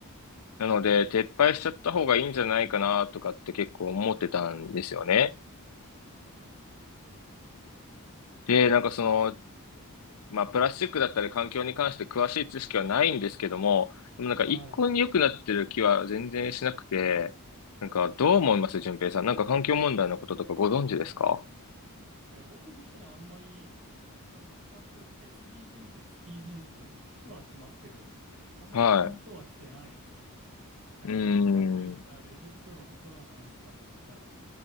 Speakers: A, on the left; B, on the right.
A: なので、撤廃しちゃった方がいいんじゃないかなとかって結構思ってたんですよね。で、なんかその、まあ、プラスチックだったり環境に関して詳しい知識はないんですけども、でもなんか一向に良くなってる気は全然しなくて、
B: はい。
A: なんかどう思います、順平さん。なんか環境問題のこととかご存知ですか
B: いや、僕自身あんまり、なんか深く SDGs、SDGs とかよく聞きはしますけど、あんまピンとは来てないですよね。
A: は
B: なんかその、
A: い。うーん。
B: さっき言ったレジ袋の袋の話とかで言ったら、